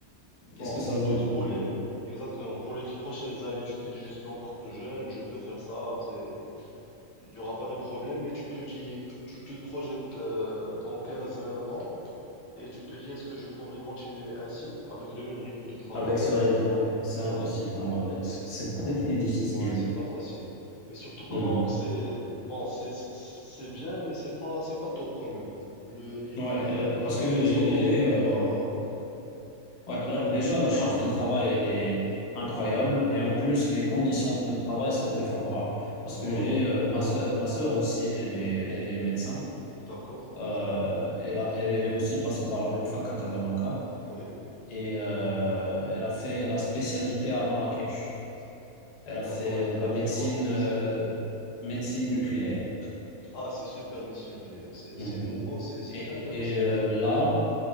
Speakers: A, on the left; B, on the left.
A: bon,
B: Est-ce que ça
A: tu
B: vaut
A: te
B: le
A: dis
B: coup
A: pour
B: du
A: les,
B: coup?
A: exactement, pour les dix prochaines années, tu te dis je suis encore jeune, je peux faire ça, c'est, il y aura pas de problème, mais tu te dis, tu, tu te projettes euh, dans quinze vingt ans. Et tu te dis, est-ce que je pourrais continuer ainsi, avec le même rythme de travail?
B: Avec ce rythme,
A: euh,
B: ouais. C'est impossible,
A: Voilà.
B: on va dire. C'est très, très difficile.
A: Moi, c'est pas facile. Et surtout qu'au
B: Mhm.
A: Maroc, c'est bon, c'est c'est c'est bien, mais c'est pas c'est pas top quand même. Le niveau
B: Ouais,
A: des-
B: euh,
A: de la
B: parce
A: réanimation
B: que j'ai
A: au Maroc,
B: j'ai,
A: il
B: euh,
A: est pas.
B: Ouais, là, déjà, la charge de travail, elle est incroyable. Et en
A: Oui,
B: plus, les conditions de travail sont défavorables. Parce
A: voilà,
B: que j'ai euh, ma
A: voilà.
B: sœur, ma sœur aussi, elle est, elle est médecin.
A: D'accord.
B: Euh, elle a- elle est aussi passée par la même fac à Casablanca.
A: Oui,
B: Et euh, elle a fait la spécialité à Marrakech. Elle a
A: d'accord.
B: fait
A: Elle,
B: de
A: elle
B: la
A: a
B: médecine,
A: fait quoi comme spécialité?
B: euh, médecine nucléaire.
A: Ah, c'est super médecine nucléaire. C'est c'est
B: Mhm.
A: nouveau, c'est c'est
B: Et,
A: très intéressant
B: et, euh,
A: aussi.
B: là,